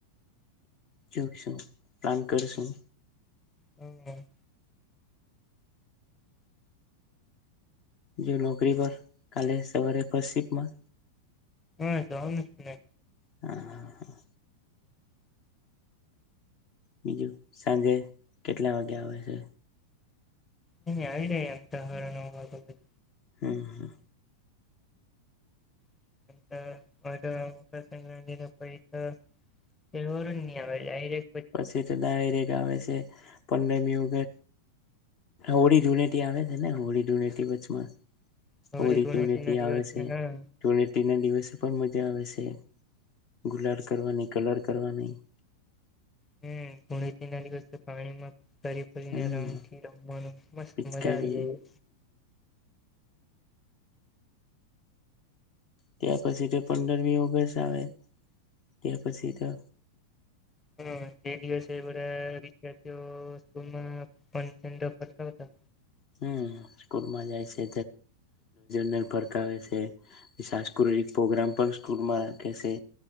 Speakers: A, on the left; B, on the left.
A: જોઈસુ પાલન કરશું.
B: હમ
A: જો નોકરી પર કાલે સવારે ફસ્ર્ટ સીપ મા
B: હા જવાનું ને
A: હા હા હા બીજું સાંજે કેટલા વાગે આવે છે.
B: નહી આવી રહ્યા અમ તો હાટાન
A: હુમ હુ
B: <inaudible>
A: પછી તો ડાયરેક્ટ રગ આવે છે પડમયુ હોળી ધૂણેટી આવે છે ને હોળી ધૂણેથી વચમાં
B: હોળી
A: હોરી
B: ધૂળેટી
A: ધુરેટીતિ
B: ના દિવસે
A: આવે છેુ
B: હા
A: જોડે ના દિવસો પણ મજા આવે છે. ગુલાડ કરવાની કલર કરવાની <inaudible>
B: હમ પુણે થી નાની વ પાણીમાં ફરી ફરીને
A: હમ
B: રંગ થી રમવાનું મસ્ત
A: પિચકારી
B: મજા આવી જાય
A: ત્યા પછી તો પંદરમી ઓગસ્ટ આવે ત્યા પછી તો
B: હમ જે દિવસે એ બધા વિદ્યાર્થીઓ માં પંચ <inaudible>
A: હમ સ્કૂલમાં જાય છે દ ર ફરકાવે છે સાંસ્કૃતિક પ્રગ્રામ પણ સ્કૂલમાં રાખે છે